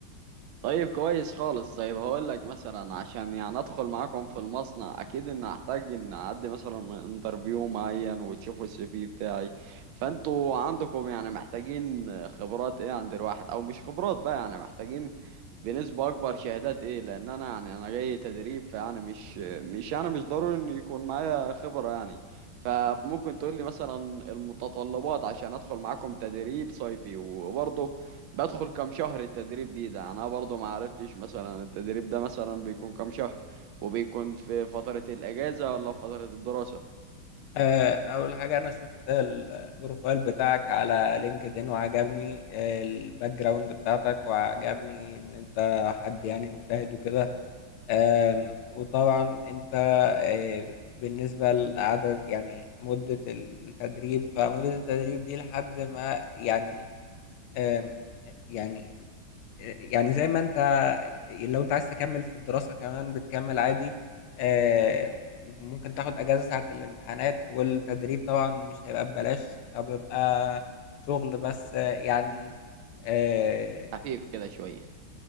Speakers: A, on the right; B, on the left.
A: طيب كويس خالص طيب هقول لك مثلا عشان يعني ادخل معاكم في المصنع اكيد ان هحتاج ان اعدي مثلا انترفيو معين وتشوفوا السي في بتاعي فانتوا عندكم يعني محتاجين خبرات ايه عند الواحد او مش خبرات بقى يعني محتاجين بنسبة اكبر شهادات ايه لان انا يعني انا جاي تدريب فيعني مش مش يعني مش ضروري ان يكون معايا خبرة يعني فممكن تقول لي مثلا المتطلبات عشان ادخل معاكم تدريب صيفي وبرضه بدخل كام شهر التدريب دي ده انا برضو ما عرفتش مثلا التدريب ده مثلا بيكون كام شهر وبيكون في فترة الاجازة ولا في فترة الدراسة
B: آه، أول حاجة أنا شفت البروفايل بتاعك على لينكد إن وعجبني آه، الباك جراوند بتاعتك وعجبني إن أنت حد يعني مجتهد وكده آم، وطبعا انت آه، بالنسبة لعدد يعني مدة التدريب فمدة التدريب دي لحد ما يعني آم، يعني يعني زي ما انت لو انت عايز تكمل في الدراسة كمان بتكمل عادي آه، وممكن تاخد اجازة ساعة الامتحانات والتدريب طبعا مش هيبقى ببلاش او بيبقى شغل بس آه، يعني آه،
A: خفيف كده شوية